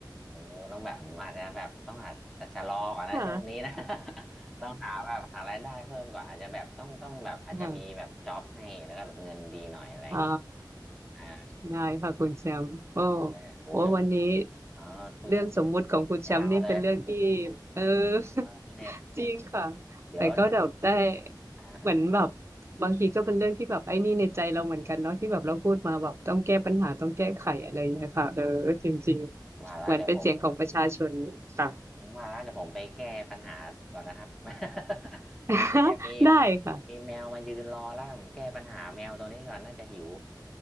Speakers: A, in the centre; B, on the right (about 35°).
A: เออต้องแบบผมอาจจะแบบต้องอาจจะชะลอก่อนนะช่วงนี้นะ
B: <laughs> ค่
A: <laughs> ต้องหาแบบหารายได้เพิ่มก่อนอาจจะแบบต้องต้องแบบอาจจะมีแบบจ็อบให้แล้วก็แบบเงินดีหน่อยอะไรอย่างนี้
B: ะ <laughs> อ๋อ
A: อ่า
B: ได้ค่ะคุณแชมป์ก็
A: เออโหถึง
B: โอ้วันนี้
A: อ๋อคุยกัน
B: เรื่องสมมุติของคุณแชมป์นี่เป็นเรื่องที่
A: ยาวเลย
B: เออ
A: อ่าเนี่ย
B: <laughs> จริงค่ะ
A: เดี๋ยวเนี่ย
B: แต่ก็แบบได้
A: อ่าอ่า
B: เหมือนแบบบางทีก็เป็นเรื่องที่แบบไอ้นี่ในใจเราเหมือนกันเนาะที่แบบเราพูดมาแบบต้องแก้ปัญหาต้องแก้ไขอะไรอย่างเงี้ยค่ะเออจริงๆเหมือนเป็นเสียงของประชาชนค่ะ
A: ว่าแล้วเดี๋ยวผม อ่าว่าแล้วเดี๋ยวผมไปแก้ปัญหาก่อนนะครับ <laughs>
B: <laughs>
A: มีเนี่ยมีมีมีแมวมายืนรอแล้วผมแก้ปัญหาแมวตัวนี้ก่อนน่าจะหิว
B: ได้ค่ะ